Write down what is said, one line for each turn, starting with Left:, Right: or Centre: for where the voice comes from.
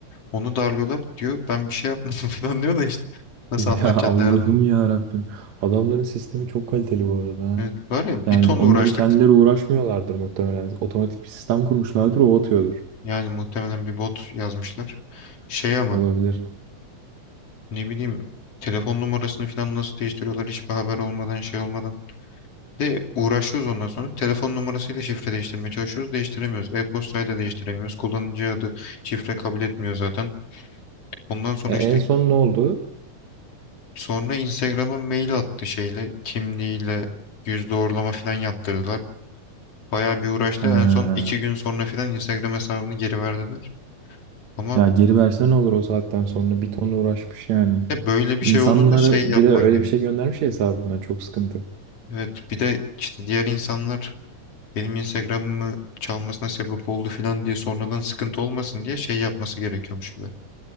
Left: Onu darlıyorlar diyor. Ben bir şey yapmadım <laughs> falan diyor da işte. Nasıl
Right: Ya
Left: anlatacaksın
Right: Allah'ım
Left: derdin.
Right: ya Rabbim. Adamların sistemi çok kaliteli bu arada. ha.
Left: Evet, var ya
Right: Yani
Left: bir ton
Right: onları
Left: uğraştık.
Right: kendileri uğraşmıyorlardır muhtemelen. Otomatik bir sistem kurmuşlardır o atıyordur.
Left: Yani muhtemelen bir bot yazmışlar. Şey ama
Right: Olabilir.
Left: ne bileyim telefon numarasını falan nasıl değiştiriyorlar hiçbir haber olmadan şey olmadan. De uğraşıyoruz ondan sonra. Telefon numarasıyla şifre değiştirmeye çalışıyoruz. Değiştiremiyoruz. E-postayla değiştiremiyoruz. Kullanıcı adı şifre kabul etmiyor zaten. Ondan sonra
Right: E, en
Left: işte
Right: son ne oldu?
Left: sonra Instagram'a mail attı şeyle kimliğiyle yüz doğrulama falan yaptırdılar. Bayağı bir uğraştı.
Right: Ha.
Left: En son iki gün sonra falan Instagram hesabını geri verdiler. Ama
Right: Ya geri verse ne olur o saatten sonra bir ton uğraşmış yani.
Left: De böyle bir
Right: İnsanlara
Left: şey olduğunda şey yapman
Right: bir de öyle
Left: gerek.
Right: bir şey göndermiş ya hesabından çok sıkıntı.
Left: Evet bir de işte diğer insanlar benim Instagram'ımı çalmasına sebep oldu falan diye sonradan sıkıntı olmasın diye şey yapması gerekiyormuş bir de.